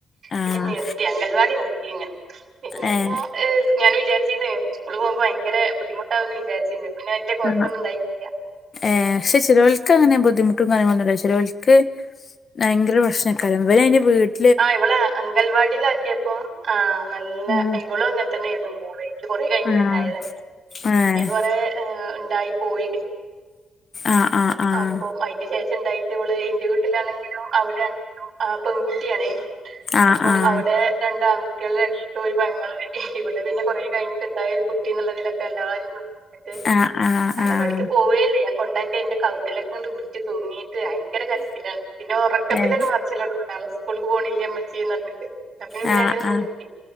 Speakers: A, on the left; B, on the right.
A: ആഹ്
B: പിന്നെ നിർത്തി അങ്കൽവാടി നിർത്തി ഇങ്ങനെ പിന്നെ
A: ഏഹ്
B: ഇപ്പോ ഞാൻ വിചാരിച്ചിരുന്ന് സ്കൂളിൽ പോകുമ്പോ ഭയങ്കര ബുദ്ധിമുട്ടാന്ന് വിചാരിച്ചു പിന്നെ വലിയ കുഴപ്പമൊന്നും
A: ആഹ്
B: ഉണ്ടായിട്ടില്ല
A: ഏഹ് പക്ഷെ ചിലവൾക്ക് അങ്ങനെ ബുദ്ധിമുട്ടും കാര്യങ്ങളന്നും ചിലവൾക്ക് ഭയങ്കര പ്രശ്നക്കാലം <unintelligible>
B: ആഹ് ഇവളെ അംഗനവാടിൽ ആക്കിയപ്പോ ആഹ് നല്ല
A: ആഹ്
B: ഇവളും അങ്ങനെ തന്നെ ആരുന്നു മോള കൊറെ കഴിഞ്ഞുണ്ടായത
A: ആഹ് ഏഹ്
B: അ കൊറെ ഉണ്ടായി പോയിൊക്കെ
A: ആഹ് ആഹ് ആഹ്
B: അപ്പൊ അതിന് ശേഷം ഇണ്ടായിട്ട് ഇവളെ എന്റെ വീട്ടില് ാണെങ്കിലും അവിടെ ആണെങ്കിലും ആ പെൺകുട്ടിയാണേ
A: ആഹ്
B: അപ്പം
A: ആഹ്
B: അവിടെ രണ്ട് ആൺകുട്ടി കുട്ടികളുടെ ഇടക്ക് ഒരു പെങ്ങൾ കുട്ടി ഇവിടെ പിന്നെ കുറേ കഴിഞ്ഞിട്ടുണ്ടായ ഒരു കുട്ടിന്നുള്ളതിലൊക്കെ എല്ലാരും <unintelligible>
A: ആഹ് ആഹ് ആഹ്
B: അംഗൽവാടിക്ക്
A: ആഹ്
B: പോവുകേഇല്ല കൊണ്ടാക്കിതിന്റെ കഴുത്തിലൊക്കെ കൊണ്ട് പിടിച്ച് തൂങ്ങിട്ട് ഭയങ്കര കരച്ചിലാണ് പിന്നെ ഉറക്കത്തിലൊക്കെ
A: ഏഹ്
B: അച്ചോാള സ്കൂൾക്ക് പോണില്ല അമ്മച്ചിന്ന് പറഞ്ഞിട്ട് അപ്പ പിന്നെ
A: ആഹ്
B: അങ്ങനെ നിർത്തി
A: ആഹ്